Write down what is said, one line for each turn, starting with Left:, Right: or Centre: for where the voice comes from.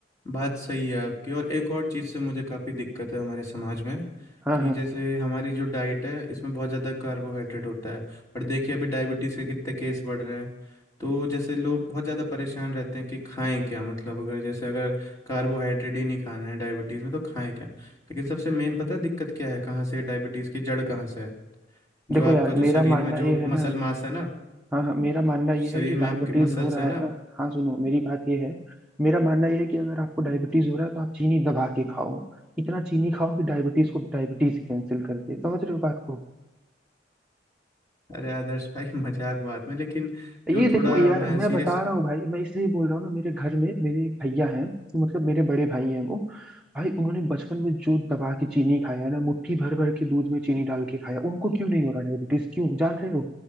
Left: बात सही है आपकी और एक और चीज़ से मुझे काफ़ी दिक्कत है हमारे समाज में
Centre: हाँ
Left: कि
Centre: हाँ
Left: जैसे हमारी जो डाइट है इसमें बहुत ज़्यादा कार्बोहाइड्रेट होता है और देखिए अभी डायबिटीज़ के कितने केस बढ़ रहे हैं तो जैसे लोग बहुत ज़्यादा परेशान रहते हैं कि खाएं क्या मतलब अगर जैसे अगर कार्बोहाइड्रेट ही नहीं खाना है डायबिटीज़ में तो खाएं क्या लेकिन सबसे मेन पता है दिक्कत क्या है कहाँ से डायबिटीज़ की जड़ कहाँ से है जो
Centre: देखो
Left: आपका
Centre: यार
Left: जो शरीर
Centre: मेरा मानना
Left: में जो
Centre: ये है
Left: मसल
Centre: ना
Left: मास है ना
Centre: हाँ हाँ मेरा मानना ये
Left: जो शरीर
Centre: है कि
Left: में
Centre: डायबिटीज
Left: आपके मसल्स
Centre: हो रहा
Left: है ना
Centre: है ना हाँ सुनो मेरी बात ये है मेरा मानना ये है कि अगर आपको डायबिटीज हो रहा है तो आप चीनी दबा के खाओ इतना चीनी खाओ कि डायबिटीज को डायबिटीज कैंसिल कर दे समझ रहे हो बात को
Left: अरे आदर्श भाई <laughs> मजाक बात में लेकिन जो
Centre: ये देखो
Left: थोड़ा
Centre: यार
Left: मैं
Centre: मैं
Left: सीरियस
Centre: बता रहा हूँ भाई मैं इसलिए बोल रहा हूँ ना मेरे घर में मेरे एक भैया हैं तो मतलब मेरे बड़े भाई हैं वो भाई उन्होंने बचपन में जो दबा के चीनी खाया ना मुट्ठी भर भर के दूध में चीनी डाल के खाया उनको क्यों नहीं हो रहा डायबिटीज क्यों जान रहे हो